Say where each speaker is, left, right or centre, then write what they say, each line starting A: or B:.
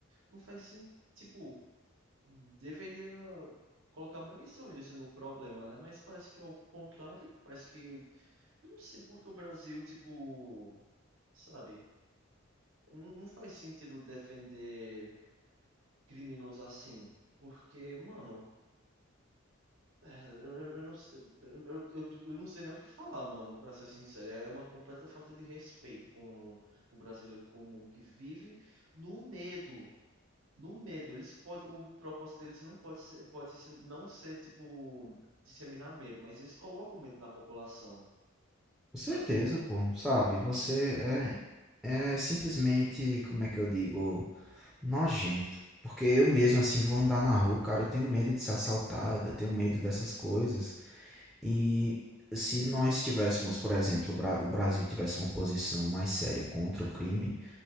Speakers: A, on the right; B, in the centre.
A: não faz sentido, tipo, deveria colocar mais olhos no problema, né, mas parece que é o contrário, parece que, eu não sei por que o Brasil, tipo, sabe, não não faz sentido defender criminosos assim. Porque, mano. é, Eu, eu- não sei, eu, eu- eu não sei nem o que falar, mano, pra ser sincero. É uma completa falta de respeito com o brasileiro comum que vive no medo. No medo. Eles podem o propósito deles não pode ser, pode ser- não ser, tipo, disseminar medo, mas eles colocam medo na população,
B: Com
A: sabe?
B: certeza, pô, sabe, você é, é simplesmente, como é que eu digo, nojento. Porque eu mesmo, assim, vou andar na rua, cara, eu tenho medo de ser assaltado, eu tenho medo dessas coisas. E se nós tivéssemos, por exemplo, o Bra- o Brasil tivesse uma posição mais séria contra o crime,